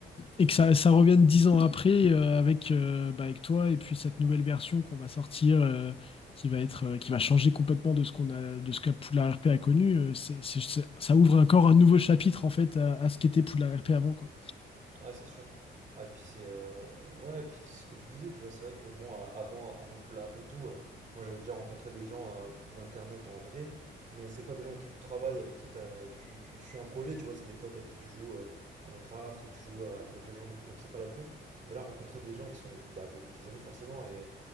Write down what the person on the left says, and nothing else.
Et que ça, ça revienne dix ans après euh, avec, euh, bah, avec toi et puis cette nouvelle version qu'on va sortir, euh, qui va être, euh, qui va changer complètement de ce qu'on a, de ce que Poudlard RP a connu. euh, c'est, c'est- c'est- ça ouvre encore un nouveau chapitre en fait à, à ce qu'était Poudlard RP avant, quoi.